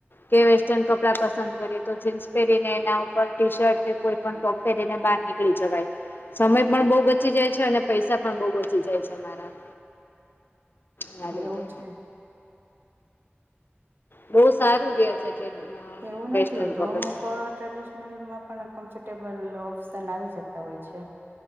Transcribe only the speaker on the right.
એવું છે.
એવું
નથી હોતું
અમુક અ ટ્રેડિશનલમાં પણ કમ્ફર્ટેબલ ઓપ્શન આવી શકતા હોય છે.